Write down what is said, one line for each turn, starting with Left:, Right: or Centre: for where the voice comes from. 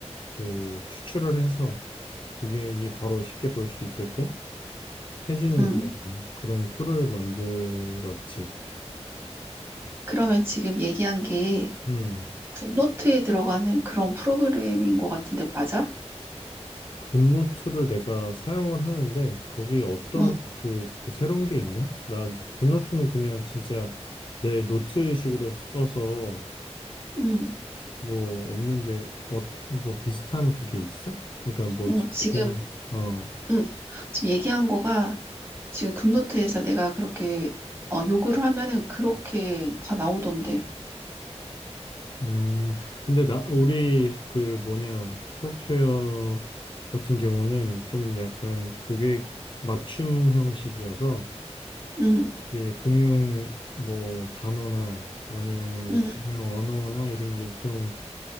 Left: 그 추출을 해서 고객이 바로 쉽게 볼 수 있게끔 해주는
Right: 음.
Left: 그런 그런 툴을 만들었지.
Right: 그러면 지금 얘기한 게
Left: 음,
Right: 굿노트에 들어가는 그런 프로그램인 것 같은데, 맞아?
Left: 굿노트를 내가 사용을 하는데 거기 어떤
Right: 응,
Left: 그뭐 새로운 게 있나? 나 굿노트는 그냥 진짜 내 노트식으로 써서
Right: 응.
Left: 뭐 없는데 어, 뭐 비슷한 그게 있어? 그러니까 뭐
Right: 어,
Left: 지금
Right: 지금
Left: 얘기는 어,
Right: 응. 지금 얘기한 거가 지금 급노트에서 내가 그렇게 어, 요구를 하면은 그렇게 다 나오던데.
Left: 음, 근데 나 우리 그 뭐냐 소프트웨어 같은 경우는 좀 약간 고객 맞춤 형식이어서
Right: 응,
Left: 이게 금융 뭐 단어나 아니면은 뭐
Right: 응,
Left: 금융 언어나 이런 게 좀,